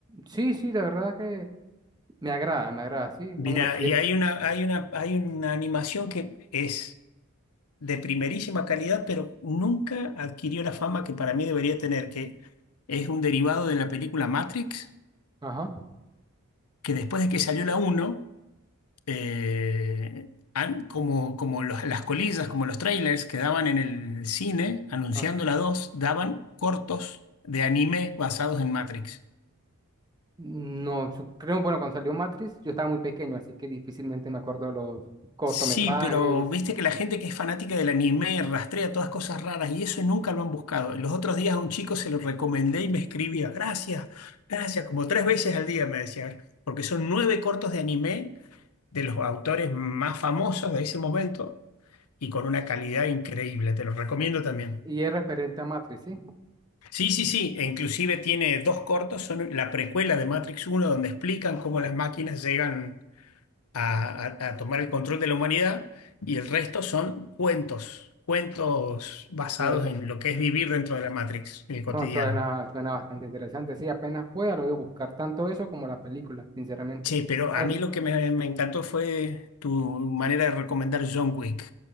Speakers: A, on the right (about 20°); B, on the left (about 80°).
A: Sí, sí, la verdad que Me agrada, me agrada, sí, vamos
B: Mira,
A: a decir.
B: y hay una, hay una, hay una animación que es de primerísima calidad, pero nunca adquirió la fama que para mí debería tener, que es un derivado de la película Matrix,
A: Ajá.
B: que después de que salió la uno eh, an- como, como los- las colillas, como los trailers que daban en el cine anunciando
A: ah,
B: la 2, daban cortos de anime basados en Matrix.
A: No, su- creo, bueno, cuando salió Matrix, yo estaba muy pequeño, así que difícilmente me acuerdo los cortometrajes
B: Sí, pero viste que la gente que es fanática del anime rastrea todas cosas raras y eso nunca lo han buscado. Los otros días a un chico se lo recomendé y me escribía, gracias, gracias, como tres veces al día me decía, porque son nueve cortos de anime de los autores más famosos de ese momento y con una calidad increíble. Te lo recomiendo también.
A: y es referente a Matrix, sí.
B: Sí, sí, sí, e inclusive tiene dos cortos, son la precuela de Matrix uno, donde explican cómo las máquinas llegan a, a- a tomar el control de la humanidad, y el resto son cuentos, cuentos basados
A: Me-
B: en lo que es vivir dentro de la Matrix, en el cotidiano.
A: no, suena, suena bastante interesante, sí, apenas pueda lo voy a buscar, tanto eso como la película, sinceramente.
B: Che, pero
A: Bueno,
B: a mí lo que me, me encantó fue tu manera de recomendar John Wick.